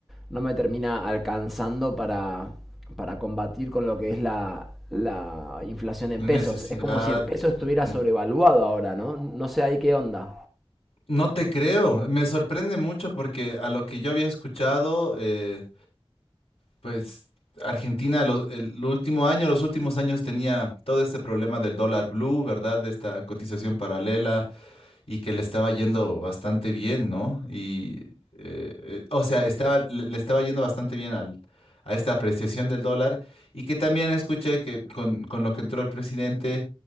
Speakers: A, in the centre; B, on the left.
A: no me termina alcanzando para, para combatir con lo que es la, la inflación en
B: Necesidad.
A: pesos. Es como si el peso estuviera
B: Mm.
A: sobrevaluado ahora, ¿no? No sé ahí qué onda.
B: No te creo. Me sorprende mucho porque a lo que yo había escuchado, eh, pues Argentina lo- el último año, los últimos años tenía todo este problema del dólar blue, ¿verdad? De esta cotización paralela y que le estaba yendo bastante bien, ¿no? Y, eh, eh, o sea, estaba, le, le estaba yendo bastante bien al, a esta apreciación del dólar y que también escuché que con, con lo que entró el presidente,